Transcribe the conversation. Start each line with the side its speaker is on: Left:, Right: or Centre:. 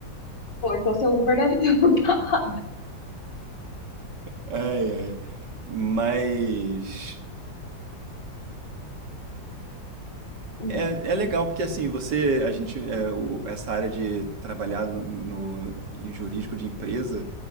Left: Pô, então seu Uber deve ter <laughs> usado.
Right: Ai, ai. Mas
Left: Hum,
Right: É, é legal porque assim, você, a gente, é, o- essa área de trabalhar no, no- em jurídico de empresa,